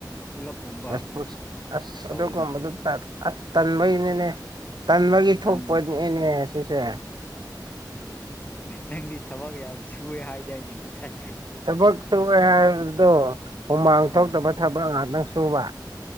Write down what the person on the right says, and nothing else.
ꯑꯁ ꯑꯁ
ꯑꯗꯨꯒ ꯀꯝꯕꯗ ꯑꯁ ꯇꯟꯕꯩꯅꯤꯅꯦ ꯇꯟꯕꯒꯤ ꯊꯣꯛꯄꯅꯦꯅꯦ
ꯁꯤꯁꯦ
ꯊꯕꯛ ꯁꯨꯨꯔꯦ ꯍꯥꯏꯕꯗꯣ ꯍꯨꯃꯥꯡ
ꯊꯣꯛꯇꯕ ꯊꯕꯛ ꯉꯥꯛꯇꯪ ꯁꯨꯕ